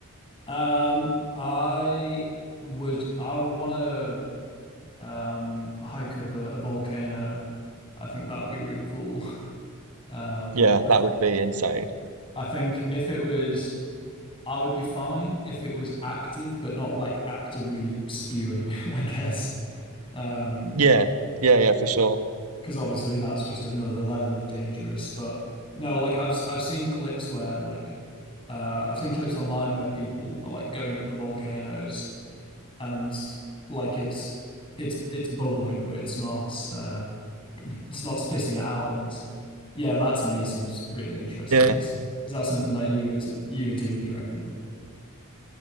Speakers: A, on the left (about 25°); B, on the right (about 80°).
A: Um, I would I want to um hike up a, a volcano. I think that would be really cool. <laughs> Um,
B: Yeah,
A: I th
B: that would be insane.
A: I think if it was I would be fine if it was active, but not like actively spewing, <laughs> I guess. Um,
B: Yeah, yeah, yeah, for sure.
A: because obviously that's just another level of dangerous. But no, like I've I've seen clips where like uh I've seen clips online where people are like going up the volcanoes and like it's it's it's bubbling, but it's not uh it's not spitting it out. And yeah, that to me seems really interesting.
B: Yeah,
A: Is is that something that you would you would do, you'd reckon?